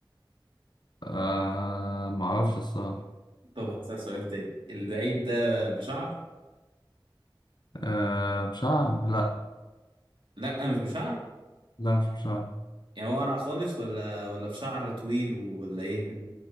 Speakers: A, on the left; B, on the right.
A: آه ما أعرفش الصراحة
B: طب هسأل سؤال تاني اللعيب ده بشعر
A: آه بشعر لا
B: لا مش بشعر
A: لا مش بشعر
B: يعني هو قرع خالص ولا ولا بشعر طويل ولا ايه